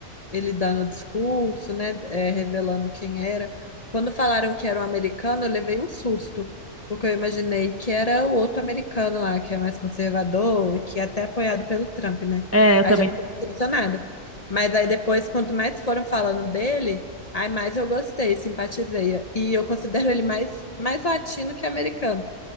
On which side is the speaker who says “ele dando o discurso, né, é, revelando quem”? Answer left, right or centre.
Left